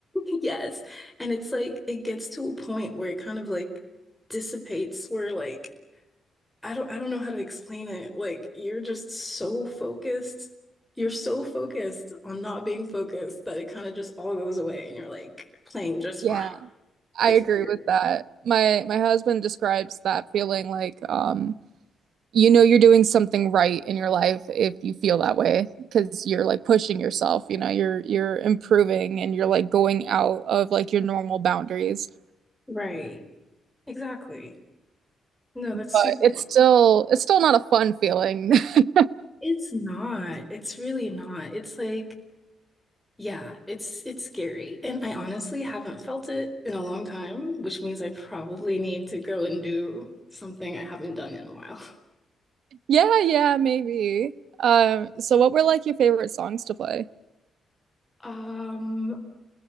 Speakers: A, in the centre; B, on the right.
A: Yes. And it's like it gets to a point where it kind of like dissipates where like I don't I don't know how to explain it. Like you're just so focused. You're so focused on not being focused that it kind of just all goes away and you're like playing
B: <laughs>
A: just
B: Yeah.
A: fine.
B: I
A: It's
B: agree
A: weird.
B: with that. My my husband describes that feeling like um you know you're doing something right in your life if you feel that way because you're like pushing yourself, you know, you're you're improving and you're like going out of like your normal boundaries.
A: Right. Exactly. No,
B: But
A: that's super
B: it's
A: wild.
B: still it's still not a fun feeling. <laughs>
A: It's not. It's really not. It's like, yeah, it's it's scary. And I honestly haven't felt it in a long time, which means I probably need to go and do something I haven't done in a while. <laughs>
B: Yeah, yeah, maybe. Um so what were like your favorite songs to play?
A: Um,